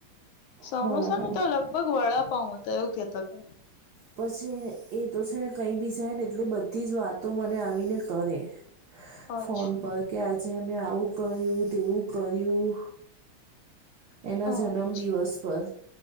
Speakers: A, on the left; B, on the right.
A: સમોસા
B: હા હા
A: ને તો લગભગ વડાપાઉ હતા એવું કેતો હતો.
B: પસી એ તો છે ને કઈ બી જાય ને એટલે બધી જ વાતો મને આવીને કરે.
A: હતા
B: ફોન
A: અચ્છા
B: પર કે આજે મે આવું કર્યું, તેવું કર્યું. એના
A: અચ્છા
B: જન્મ દિવસ પર